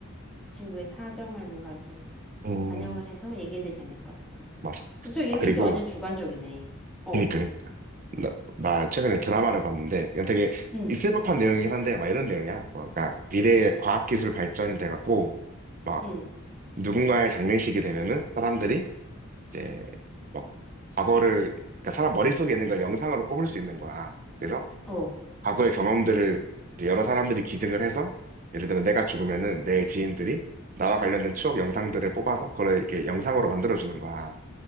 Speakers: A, in the centre; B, on the right.
A: 그 친구의 사정을 뭔가 이렇게
B: 음,
A: 반영을 해서 얘기해야 되지 않을까? 아.
B: 맞아.
A: 또 이런
B: 아, 그리고,
A: 진짜 완전 주관적이네. 어,
B: 그니까, 그니까. 나, 나 최근에 드라마를 봤는데, 그냥 되게
A: 응,
B: 있을 법한 내용이긴 한데, 막 이런 내용이야. 뭐, 그러니까 미래의 과학기술 발전이 돼갖고, 막
A: 응,
B: 누군가의 장례식이 되면은 사람들이 이제 막 과거를, 그러니까 사람 머릿속에 있는 걸 영상으로 뽑을 수 있는 거야. 그래서
A: 어,
B: 과거의 경험들을 이제 여러 사람들이 기증을 해서, 예를 들면 내가 죽으면은 내 지인들이 나와 관련된 추억 영상들을 뽑아서 그걸 이렇게 영상으로 만들어주는 거야.